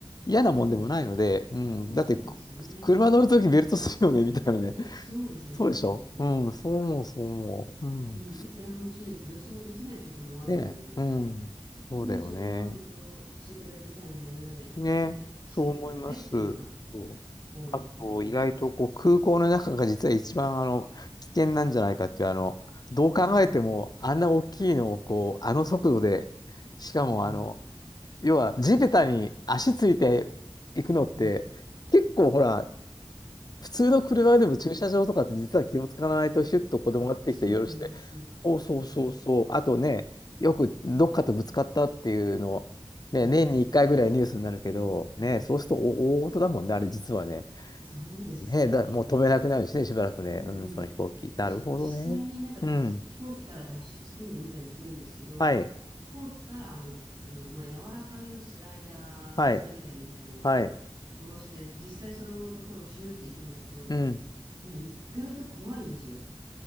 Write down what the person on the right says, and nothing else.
うん。
まあ、
そうですよね。
いや、そうですね、
そうです、本当に。
うん。いつ乱気流って予想できないこともあるので、
ね、それは本当、シートベルトサインになるまで、
ね、しててくださいっていうのは
多いですね。
おう。
うん。
うん。
うんあ、そうですね。
うん。
ありますよね。
あります。
そうですね。
うんうん。
私、実際になんか脱出飛行機から脱出訓練みたいのするんですけど、
飛行機からあの、あの、まあ、柔らかめのスライダー、
滑り台みたいの
下ろして、実際そのところをシューって行くんですけど、
まあ、意外と怖いんですよ。